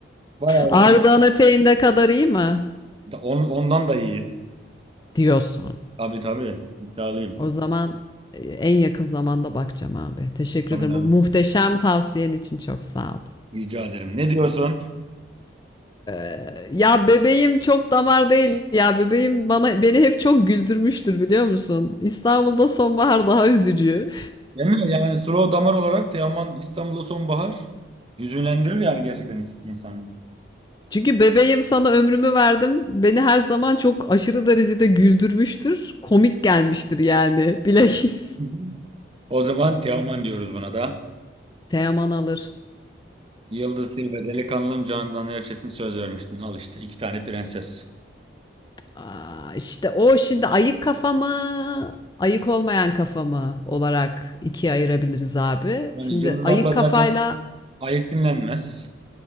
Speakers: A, on the right (about 30°); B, on the left (about 20°).
A: Bayağı
B: Ardahan
A: eğlenceli.
B: eteğinde kadar iyi mi?
A: Da- On, ondan da iyi.
B: Diyorsun.
A: Tabii tabii. İddialıyım.
B: O zaman e, en yakın zamanda bakacağım abi. Teşekkür
A: Tabii
B: ederim.
A: tabii.
B: Bu muhteşem tavsiyen için çok sağ ol.
A: Rica ederim. Ne diyorsun?
B: E, Ya bebeğim çok damar değil. Ya bebeğim bana beni hep çok güldürmüştür biliyor musun? İstanbul'da sonbahar daha üzücü.
A: Değil mi? Yani slow damar olarak Teoman İstanbul'da sonbahar hüzünlendirir yani gerçekten is- insanı.
B: <laughs> Çünkü bebeğim sana ömrümü verdim. Beni her zaman çok aşırı derecede güldürmüştür. Komik gelmiştir yani. Bilakis.
A: Hı hı. O zaman Teoman diyoruz buna da.
B: Teoman alır.
A: Yıldız Tilbe, Delikanlım, Candan Erçetin söz vermiştin. Al işte iki tane prenses.
B: Aa, işte o şimdi ayık kafa mı, ayık olmayan kafa mı olarak ikiye ayırabiliriz abi.
A: Yani
B: Şimdi
A: Yıldız
B: ayık
A: abla zaten
B: kafayla
A: ayık dinlenmez.